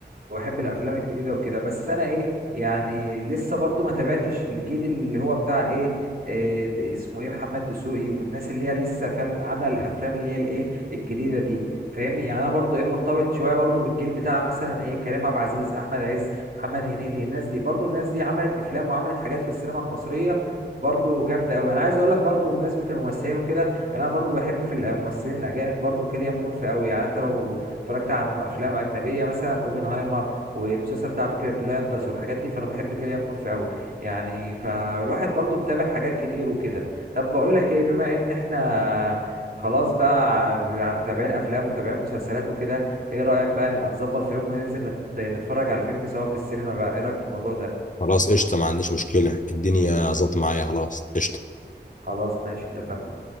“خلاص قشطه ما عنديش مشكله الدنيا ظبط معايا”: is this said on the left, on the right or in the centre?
Left